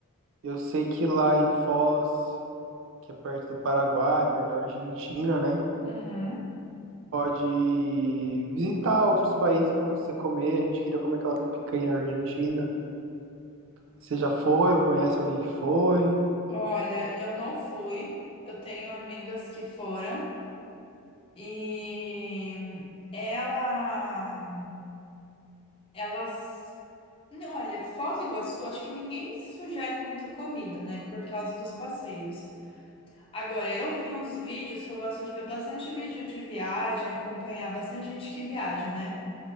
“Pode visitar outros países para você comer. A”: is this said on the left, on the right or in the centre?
Right